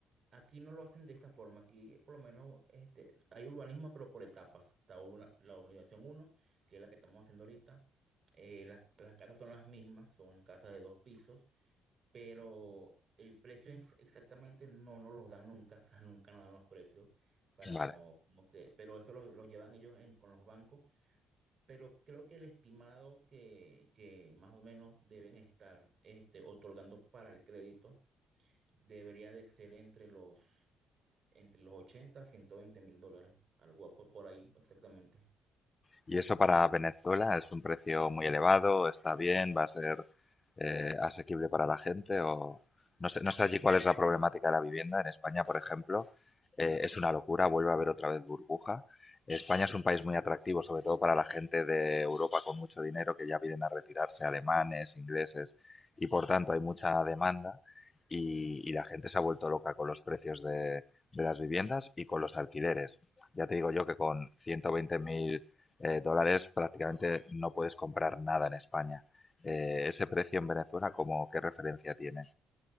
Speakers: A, on the right; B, on the left.
A: Aquí no lo hacen de esa forma. Aquí, por lo menos, este, hay urbanismo, pero por etapas. Está urba- la urbanización uno que es la que estamos haciendo ahorita. Eh, las, las casas son las mismas, son casas de dos pisos, pero el precio ex- exactamente no nos los dan nunca. <laughs> O sea, nunca nos dan los precios para
B: Vale.
A: no, como que, pero eso lo, lo llevan ellos en- con los bancos. Pero creo que el estimado que, que más o menos deben estar este, otorgando para el crédito debería de ser entre los entre los 80 a ciento veinte mil dólares, algo por, por ahí exactamente.
B: Y eso para Venezuela es un precio muy elevado, está bien, va a ser eh, asequible para la gente o no sé, no sé allí cuál es la problemática de la vivienda. En España, por ejemplo, eh, es una locura, vuelve a haber otra vez burbuja. España es un país muy atractivo, sobre todo para la gente de Europa con mucho dinero que ya vienen a retirarse, alemanes, ingleses, y por tanto hay mucha demanda y, y la gente se ha vuelto loca con los precios de, de las viviendas y con los alquileres. Ya te digo yo que con 120.000 eh, dólares prácticamente no puedes comprar nada en España. Eh, ese precio en Venezuela, ¿cómo qué referencia tiene?